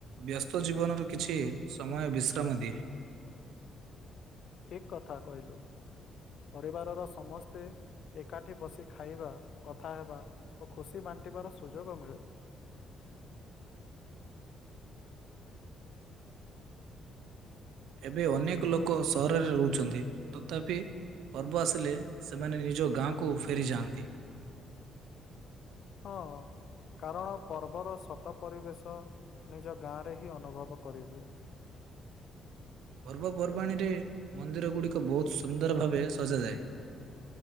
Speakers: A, on the right; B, on the left.
A: ବ୍ୟସ୍ତ ଜୀବନରୁ କିଛି ସମୟ ବିଶ୍ରାମ ଦିଏ।
B: ଠିକ୍ କଥା କହିଲୁ ପରିବାରର ସମସ୍ତେ ଏକାଠି ବସି ଖାଇବା କଥା ହେବା ଓ ଖୁସି ବାଣ୍ଟିବାର ସୁଯୋଗ ମିଳେ।
A: ଏବେ ଅନେକ ଲୋକ ସହରରେ ରହୁଛନ୍ତି ତଥାପି ପର୍ବ ଆସିଲେ ସେମାନେ ନିଜ ଗାଁକୁ ଫେରିଯାଆନ୍ତି।
B: ହଁ। କାରଣ ପର୍ବର ସତ ପରିବେଶ ନିଜ ଗାଁରେ ହିଁ ଅନୁଭବ କରିହୁଏ।
A: ପର୍ବପର୍ବାଣୀରେ ମନ୍ଦିର ଗୁଡିକ ବହୁତ ସୁନ୍ଦର ଭାବେ ସଜାଯାଏ।